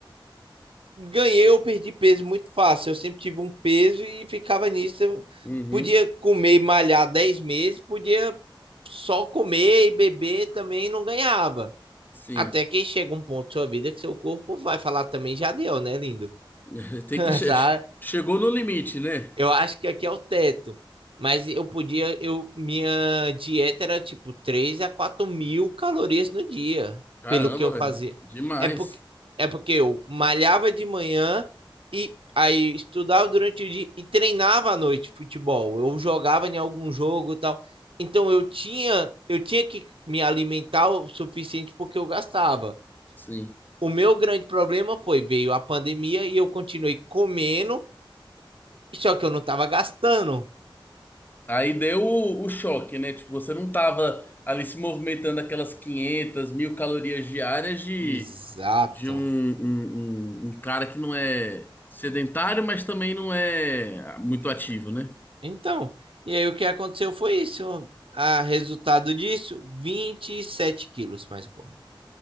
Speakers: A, on the right (about 80°); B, on the left (about 20°).
A: ganhei ou perdi peso muito fácil. Eu sempre tive um peso e ficava nisso. Eu
B: Uhum.
A: podia comer e malhar 10 meses, podia só comer e beber também e não ganhava.
B: Sim.
A: Até que chega um ponto da sua vida que seu corpo vai falar também, já deu, né, lindo?
B: <laughs>
A: <laughs>
B: Tem que che-
A: Sabe?
B: chegou no limite, né?
A: Eu acho que aqui é o teto. Mas eu podia, eu, minha dieta era tipo 3 a 4 mil calorias no dia,
B: Caramba,
A: pelo que eu
B: velho.
A: fazia.
B: Demais.
A: É porque, é porque eu malhava de manhã e aí estudava durante o dia e treinava à noite futebol. Eu jogava em algum jogo e tal. Então eu tinha, eu tinha que me alimentar o suficiente porque eu gastava.
B: Sim.
A: O meu grande problema foi, veio a pandemia e eu continuei comendo, só que eu não estava gastando.
B: Aí deu o, o choque, né? Tipo, você não tava ali se movimentando aquelas 500 mil calorias diárias de,
A: Exato.
B: de um, um um- um cara que não é sedentário, mas também não é muito ativo, né?
A: Então, e aí o que aconteceu foi isso. A resultado disso, 27 quilos mais gordo.